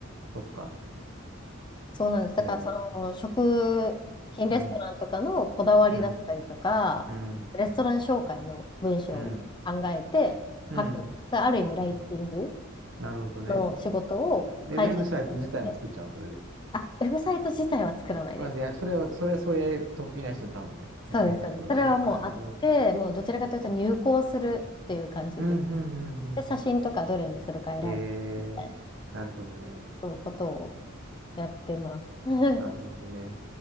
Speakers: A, on the right; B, on the left.
A: そっか。
B: そうなんです。だから、
A: えー、
B: その、食品レストランとかのこだわりだったりとか、
A: うん、うん、うん、
B: レストラン紹介の文章を考えて書く。
A: うん、うん。
B: である意味、ライティング
A: なんかなるほどね。
B: の仕事を会社に属して
A: で、ウェブサイト自体も作っちゃうの、それで。
B: あ、ウェブサイト自体は作らないです。
A: まあ、いや、それを、それ、それ、得意な人に頼むね。
B: そうです、
A: うん、なるほどね。
B: そうです。それはもうあって、
A: あ、なるほど。
B: もうどちらかというと入稿するっていう感じです。
A: うん、うん、うん、うん。
B: で、写真とかどれにするか選んでみたいな
A: うんえー、なるほどね。
B: そういうことをやってます。<laughs>
A: なるほどね。